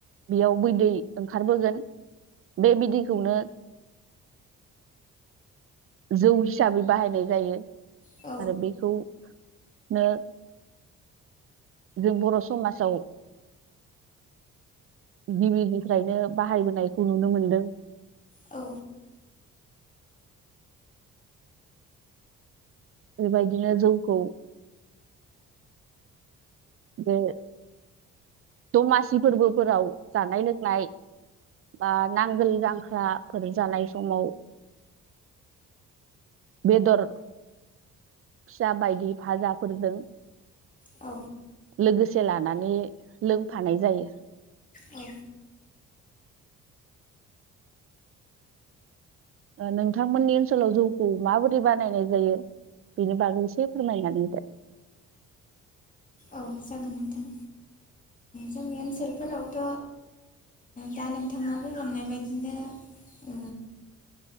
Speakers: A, on the right; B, on the left.
A: बेयाव बैदै ओंखारबोगोन बे बिदैखौनो जौ हिसाबै बाहायनाय जायो
B: औ
A: आरो बेखौनो जों बर' समाजाव गिबिनिफ्रायनो बाहायबोनायखौ नुनो मोनदों।
B: औ।
A: बेबायदिनो जौखौ <unintelligible> दमासि फोरबोफोराव जानाय लोंनाय। बा नांगोल जांख्रा ओरै जानाय समाव बेदर फिसा बायदि फाजाफोरजों।
B: औ
A: लोगोसे लानानै लोंफानाय जायो।
B: औ
A: नोंथांमोननि ओनसोलाव जौखौ माबोरै बानायनाय जायो। बेनि बागै एसे फोरमायनानै हो।
B: औ जागोन नोंथां। जोंनि ओनसोलफोरावथ' दा नोंथाङा बुंलांनाय बायदिनो।
A: <unintelligible>
B: ओ